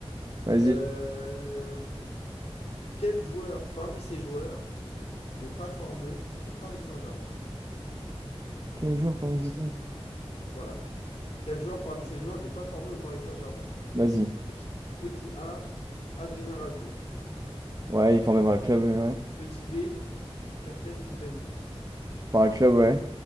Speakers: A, on the right; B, on the left.
A: Vas-y.
B: Euh, Quel joueur parmi ces joueurs n'est pas formé au Paris Saint-Germain?
A: Quel jour parmi
B: Petit
A: ces clubs?
B: A. Voilà. Quel joueur parmi ces joueurs n'est pas formé au Paris Saint-Germain?
A: Vas-y.
B: Petit. Petit A, Adrien Rabiot.
A: Ouais, il est formé par le club, euh, ouais.
B: Petit B, Presnel Kimpembe.
A: Par le club, ouais.